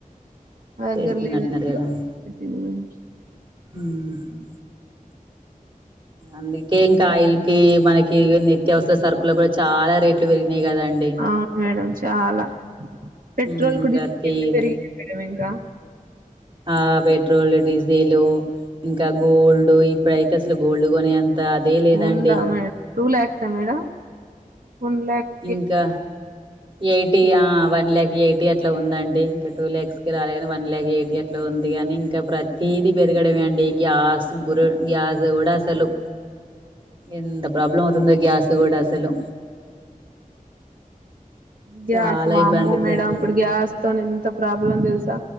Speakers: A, on the right; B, on the right.
A: మా దగ్గర
B: చేస్తున్నట్టున్నారు
A: లేదని
B: కదాండి
A: <unintelligible>
B: ఊహు అందుకే ఇంకా ఆయిల్కి మనకి ఇగ నిత్యావసర సరుకులు కూడా చాలా రేట్లు పెరిగినాయి కదండి
A: అవును మేడం చాలా పెట్రోల్
B: ఉమ్
A: కు
B: ప్రతిది
A: డీజిల్ కెట్లా పెరిగింది మేడమ్ ఇంకా
B: ఆ పెట్రోల్ డీజిల్ ఇంకా గోల్డ్ ఇప్ ప్పుడైతే అసలు గోల్డ్ కొనే అంత అదే లేదండి
A: ఉందా మేడం టూ లాక్స్ ఆ మేడం వన్ లాక్
B: ఇంకా ఎయిటీ ఆ వన్ లాక్ ఎయిటీ అట్లా ఉందండి ఇంకా టూ ల్యాక్స్ కి రాలే గాని వన్ ల్యాక్ ఎయిటీ అట్ ట్ల ఉంది కాని ఇంకా ప్రతీది పెరగడమే అండి గ్యాస్ గు గ్యాస్ కూడా సలు ఎంత ప్రాబ్లం అవుతుందో గ్యాస్ కూడా అసలు
A: గ్యాస్
B: చాలా
A: వామ్మో
B: ఇబ్బంది
A: మేడం
B: ప్రతి
A: ఇప్పుడు గ్యాస్ తోని ఎంత ప్రాబ్లం తెలుసా